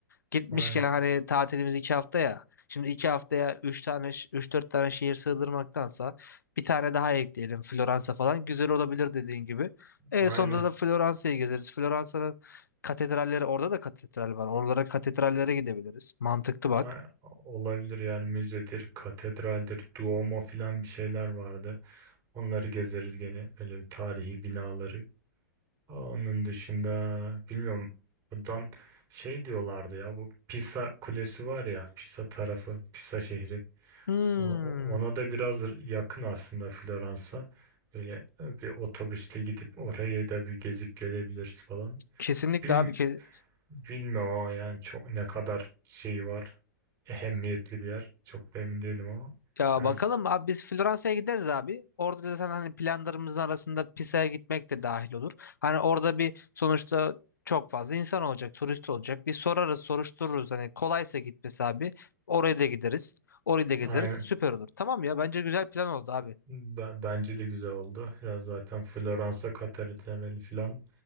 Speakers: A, on the left; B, on the right.
A: Gitmişken
B: aynen.
A: hani tatilimiz iki hafta ya. Şimdi iki haftaya üç tane, üç dört tane şehir sığdırmaktansa bir tane daha ekleyelim Floransa falan. Güzel olabilir dediğin gibi. En
B: Aynen.
A: sonunda da Floransa'yı gezeriz. Floransa'nın katedralleri orada da katedral var. Oralara katedrallere gidebiliriz. Mantıklı bak.
B: A- Olabilir yani müzedir, katedraldir, Duomo filan bir şeyler vardı. Onları gezeriz gene öyle tarihi binaları. Onun dışında bilmiyorum buradan şey diyorlardı ya bu Pisa Kulesi var ya Pisa tarafı, Pisa şehri.
A: Hmm.
B: O- o- Ona da biraz yakın aslında Floransa. Böyle bir otobüsle gidip oraya da bir gezip gelebiliriz falan.
A: Kesinlikle
B: Bil,
A: abi.
B: Bilmiyorum ama yani çok ne kadar şey var. Ehemmiyetli bir yer. Çok da emin değilim ama.
A: Ya
B: Yani
A: bakalım abi biz Floransa'ya gideriz abi. Orada zaten hani planlarımızın arasında Pisa'ya gitmek de dahil olur. Hani orada bir sonuçta çok fazla insan olacak, turist olacak. Bir sorarız, soruştururuz. Hani kolaysa gitmesi abi. Oraya da gideriz. Orayı da gezeriz.
B: aynen.
A: Süper olur. Tamam ya bence güzel plan oldu abi.
B: Ben- bence de güzel oldu. Ya zaten Floransa, Katedrali falan